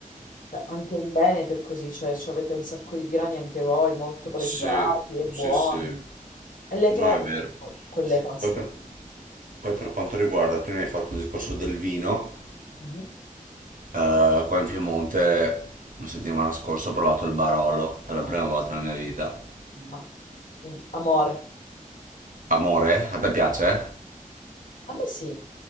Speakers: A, on the left; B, on the right.
A: Cioè, anche in Veneto è così, cioè, ci avete un sacco di grani anche voi, molto pregiati
B: sì,
A: e buoni,
B: sì, sì.
A: e le
B: No,
A: trovi
B: è vero.
A: quelle paste
B: Poi per,
A: lì.
B: poi per quanto riguarda, prima hai fatto il discorso del vino,
A: Mhm.
B: eh, qua in Piemonte la settimana scorsa ho provato il Barolo per la
A: Ma,
B: prima volta nella mia vita
A: ma- in- amore,
B: Amore, a te piace?
A: a me sì,